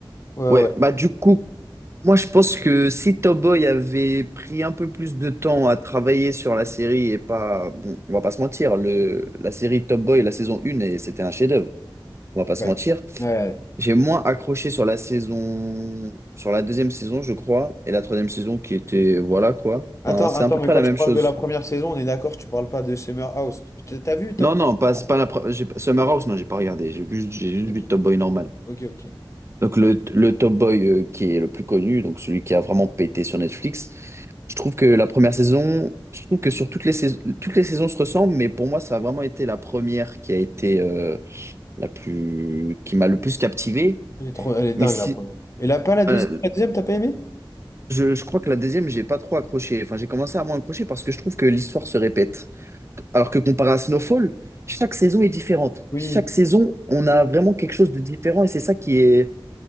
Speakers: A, on the left (about 35°); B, on the right (about 30°).
A: Ouais,
B: Ouais,
A: ouais.
B: bah du coup, moi je pense que si Top Boy avait pris un peu plus de temps à travailler sur la série et pas, bon, on va pas se mentir, le, la série Top Boy, la saison 1, et c'était un chef-d'œuvre, on va pas se
A: Ouais.
B: mentir.
A: Ouais.
B: J'ai moins accroché sur la saison, sur la deuxième saison, je crois, et la troisième saison qui était, voilà quoi.
A: Attends,
B: Enfin, c'est
A: attends,
B: à peu près
A: mais quand
B: la
A: tu
B: même
A: parles
B: chose.
A: de la première saison, on est d'accord, tu parles pas de Summer House. T'as t'as vu Top
B: Non,
A: Boy
B: non, pas,
A: Summer
B: c'est pas
A: House
B: la pre- j'ai pas- Summer House, non, j'ai pas regardé. J'ai vu, j'ai juste
A: Ok,
B: vu Top Boy normal.
A: ok, ok.
B: Donc le, le Top Boy euh, qui est le plus connu, donc celui qui a vraiment pété sur Netflix. Je trouve que la première saison, je trouve que sur toutes les saisons, toutes les saisons se ressemblent, mais pour moi, ça a vraiment été la première qui a été euh, la plus, qui m'a le plus captivé.
A: Elle est trop, elle est dingue
B: Mais si,
A: la première. Et là, pas la
B: voilà,
A: deuxième? La deuxième, t'as pas aimé?
B: Je, je crois que la deuxième, j'ai pas trop accroché. Enfin, j'ai commencé à moins accrocher parce que je trouve que l'histoire se répète. Alors que comparé à Snowfall, chaque saison est différente.
A: Oui.
B: Chaque saison, on a vraiment quelque chose de différent et c'est ça qui est,